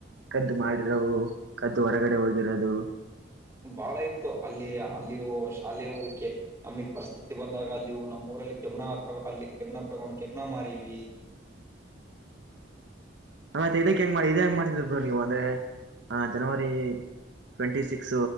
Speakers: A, on the right; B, on the right.
A: ಕದ್ದು ಮಾಡಿರೋವು ಕದ್ದು ಹೊರಗಡೆ ಹೋಗಿರೋದು
B: ಬಾಳ ಇತ್ತು ಅಲ್ಲಿ ಅಲ್ಲಿಯೂ ಶಾಲೆಯ ಹೋಗಕ್ಕೆ ನಮಗ್ ಪರಿಸ್ಥಿತಿ ಬಂದಾಗ ಅಲ್ಲಿವು ನಮ್ಮ್ಊರಲ್ಲಿ ಕೆಮ್ ಅಲ್ಲಿ ಕೆಮ ತಗೊಂಡ್ ಕೆಮ್ ಮಾರೀವಿ
A: ಆ ಇದಕ್ಕೆ ಹೆಂಗ ಮಾಡ ಇದ ಹೆಂಗ ಮಾಡ್ತಿದರರು ನೀವು ಅಂದ್ರೆ ಆ January twenty six